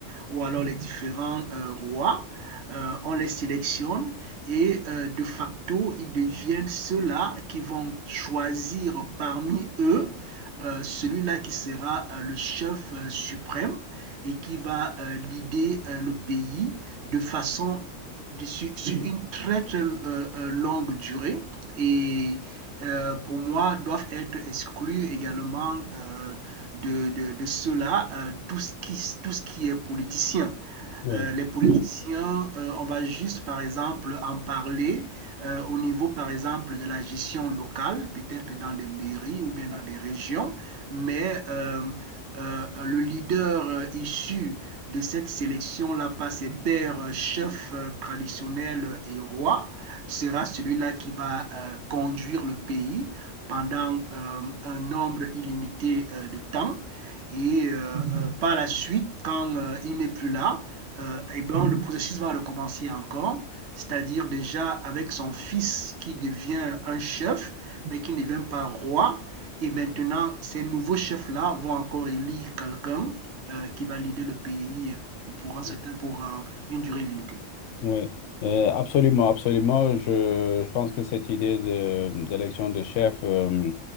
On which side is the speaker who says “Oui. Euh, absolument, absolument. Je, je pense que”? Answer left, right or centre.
Left